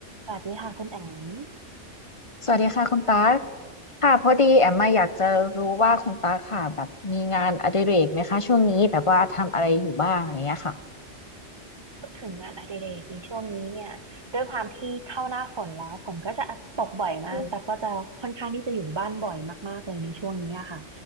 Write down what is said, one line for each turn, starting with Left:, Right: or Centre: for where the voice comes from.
Right: สวัสดีค่ะคุณแอม
Left: สวัสดีค่ะคุณตากค่ะพอดีแอมมาอยากจะรู้ว่าคุณตากค่ะแบบมีงานอดิเรกไหมคะช่วงนี้แบบว่าทำอะไรอยู่บ้างอะไรเงี้ยค่ะ
Right: พูดถึงงานอดิเรกในช่วงนี้เนี่ยด้วยความที่เข้าหน้าฝนแล้วฝนก็จะตกบ่อยมากแต่ก็จะค่อนข้างที่จะอยู่บ้านบ่อยมากๆเลยในช่วงนี้อะค่ะ
Left: อื